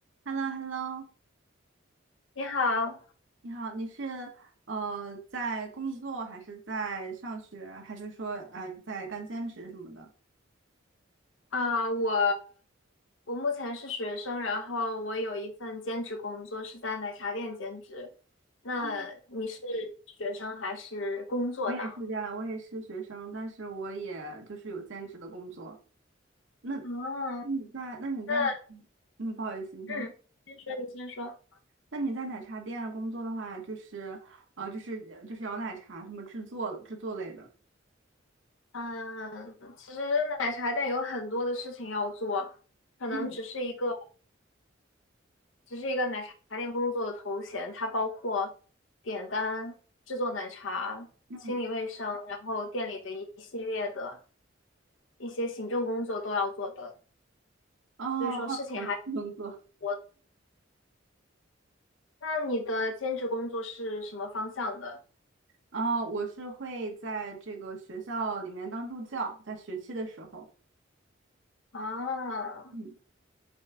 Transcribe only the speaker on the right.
h e l l o h e l l o
你好，你是呃在工作还是在上学，还是说呃在干兼职什么的？
哦，我也是这样我也是学生，但是我也就是有兼职的工作。那那
你在那你在哪
嗯，不好意思，你先。
那你在奶茶店工作的话，就是呃就是呃就是摇奶茶什么制作制作类的。
嗯
嗯，
哦，
好奇工作。
然后我是会在这个学校里面当助教，在学期的时候。
嗯，